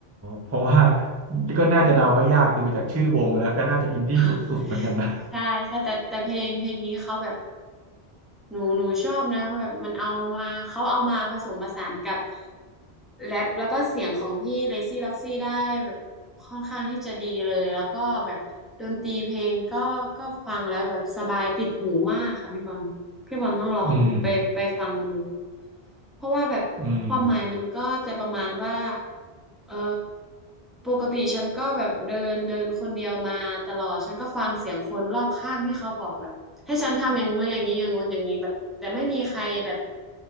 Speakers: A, on the right; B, in the centre.
A: เพราะว่าก็น่าจะเดาไม่ยากดูจากชื่อวงแล้วก็น่าจะอินดี้สุดๆเหมือนกันนะ
B: <laughs> ใช่ใช่แต่แต่เพลงเพลงนี้เขาแบบหนูหนูชอบนะเขาแบบมันเอามาเขาเอามาผสมผสานกับแรปแล้วก็เสียงของพี่เลซี่ล็อกซี่ได้แบบค่อนข้างที่จะดีเลยแล้วก็แบบดนตรีเพลงก็ก็ฟังแล้วแบบสบายติดหูมากค่ะพี่บอลพี่บอลต้องลองไปไปฟังดู
A: <laughs> อืม
B: เพราะว่าแบบความหมายมันก็จะประมาณว่า
A: อืม
B: เออปกติฉันก็แบบเดินเดินคนเดียวมาตลอด ฉันก็ฟังเสียงคนรอบข้างที่เขาบอกแบบ ให้ฉันทำอย่างงู้นอย่างนี้อย่างงู้นอย่างนี้แบบแต่ไม่มีใครแบบ